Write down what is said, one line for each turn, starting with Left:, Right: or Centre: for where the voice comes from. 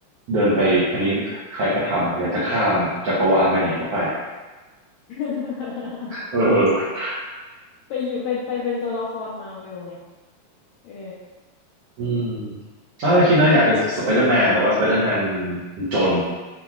Right: เดินไปอันนี้ใครก็ทำอยากจะข้ามจักรวาลไปไหนก็ไป
Left: <laughs>
Right: เออ
Left: ไปอยู่ไปไปเป็นตัวละครมาเวลไง เออ
Right: อืมถ้าเราคิดนะอยากเป็นสไปเดอร์แมนแต่ว่าสไปเดอร์แมนมันมันจน